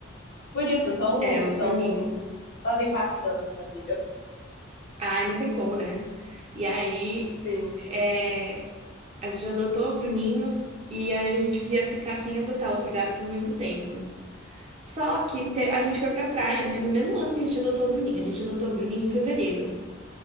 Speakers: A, on the left; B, on the right.
A: Por isso, são,
B: É, o
A: são,
B: Bruninho.
A: fazem parte da nossa família.
B: Ai, não tem como, né? E aí
A: Sim.
B: é, a gente adotou o Bruninho e aí a gente ia ficar sem adotar outro gato por muito tempo. Só que te- a gente foi pra praia, né? No mesmo ano que a gente adotou o Bruninho. A gente adotou o Bruninho em fevereiro.